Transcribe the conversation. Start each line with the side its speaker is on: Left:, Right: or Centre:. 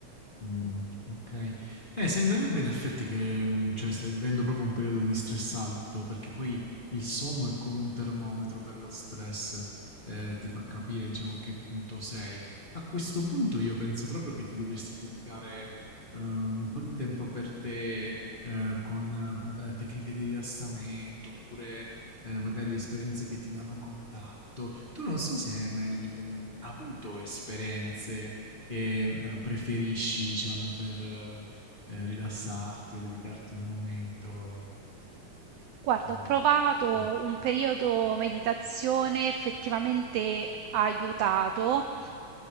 Left: Mh, okay. Eh, sembrerebbe in effetti che, mhmm, cioè stai vivendo proprio un periodo di stress alto, perché poi il sonno è come un termometro per lo stress, ehm, ti fa capire diciamo a che punto sei. A questo punto io penso proprio che ti dovresti dedicare, uhm, un po' di tempo per te, ehm, con, mhmm, tecniche di rilassamento oppure, ehm, magari esperienze che ti danno contatto. Tu non so se hai mai, ehm, avuto esperienze, che eh, preferisci, diciamo, per eh, rilassarti o dedicarti un momento,
Right: Guarda,
Left: tipo...
Right: ho provato
Left: Mh.
Right: un periodo meditazione, effettivamente ha aiutato.